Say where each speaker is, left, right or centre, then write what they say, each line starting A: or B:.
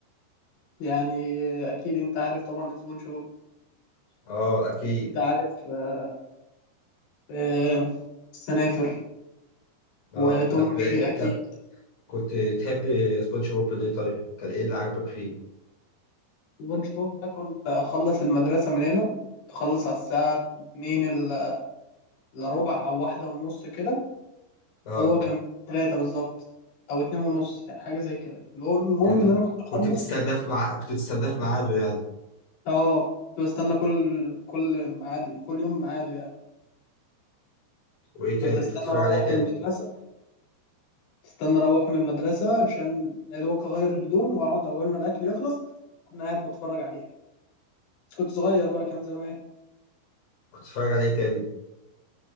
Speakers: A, on the left; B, on the left.
A: يعني أكيد أنت عارف طبعا سبونج بوب
B: آه أكيد،
A: أكيد عارف آه، آه، السنافر
B: آه
A: وتوم
B: طب
A: وجيري أكيد
B: طب كنت تحب سبونج بوب ليه طيب؟ كان إيه اللي عاجبك فيه؟
A: سبونج بوب ده كنت أخلص المدرسة من هنا تخلص على الساعة اتنين إلا إلا ربع أو واحدة ونص كده
B: آه
A: هو كان تلاتة بالظبط أو اتنين ونص حاجة زي كده المهم
B: يعني أنت
A: إن أنا كنت
B: كنت
A: أخلص
B: بتستناه في ميعاد كنت بتستناه في ميعاده يعني،
A: أه كنت بستنى كل كل ميعاد كل يوم ميعاده يعني
B: وإيه تاني؟
A: كنت استنى
B: كنت بتتفرج
A: اروح
B: على إيه تاني؟
A: من المدرسه استنى اروح من المدرسه عشان يا دوبك اغير الهدوم واقعد اول ما الاكل يخلص كنا قاعد بتفرج عليه بس كنت صغير بقى كان زمان
B: كنت بتتفرج على إيه تاني؟